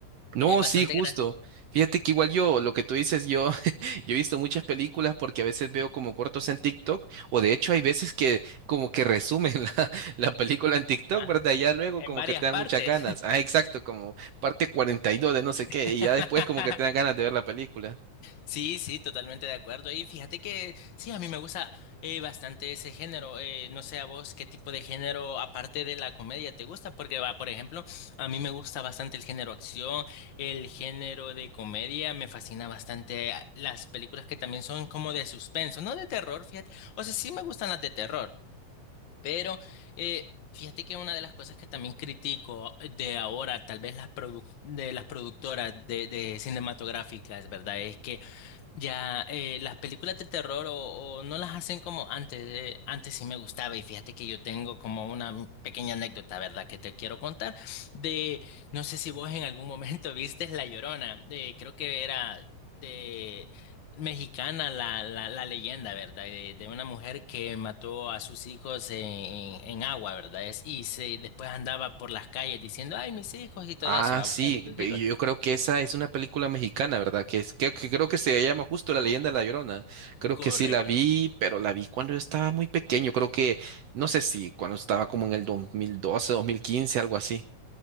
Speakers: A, on the right; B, on the left.
A: No,
B: Es bastante
A: sí, justo. Fíjate que igual yo, lo que tú dices, yo, <laughs> yo he visto muchas películas porque a veces veo como cortos en TikTok, o de hecho hay veces que como que resumen <laughs> la, la película en TikTok,
B: gracioso.
A: ¿verdad? Y ya luego
B: En
A: como
B: varias
A: que te dan
B: partes.
A: muchas ganas. Ah, exacto, como parte 42 de no sé qué,
B: <laughs>
A: y ya después como que te dan ganas de ver la película.
B: Sí, sí, totalmente de acuerdo. Y fíjate que sí, a mí me gusta eh, bastante ese género. Eh, no sé a vos qué tipo de género, aparte de la comedia, te gusta, porque va, por ejemplo, a mí me gusta bastante el género acción, el género de comedia, me fascina bastante ah, las películas que también son como de suspenso, no de terror, fíjate. O sea, sí me gustan las de terror, pero eh, Fíjate que una de las cosas que también critico de ahora, tal vez las produ- de las productoras de, de cinematográficas, ¿verdad? Es que ya, eh, las películas de terror o, o no las hacen como antes. eh, antes sí me gustaba y fíjate que yo tengo como una pequeña anécdota, ¿verdad? Que te quiero contar de, no sé si vos en algún momento <laughs> viste La Llorona, de, creo que era de mexicana la, la, la leyenda, ¿verdad? De, de una mujer que mató a sus hijos en, en agua, ¿verdad? Es, y se, después andaba por las calles diciendo, ay, mis hijos y todo
A: Ah,
B: eso, va
A: sí,
B: buscando a sus
A: ve-
B: hijos.
A: yo creo que esa es una película mexicana, ¿verdad? Que, es, que, que creo que se llama justo La Leyenda de la Llorona. Creo que
B: Correcto.
A: sí la vi, pero la vi cuando yo estaba muy pequeño. Creo que, no sé si cuando estaba como en el 2012, 2015, algo así.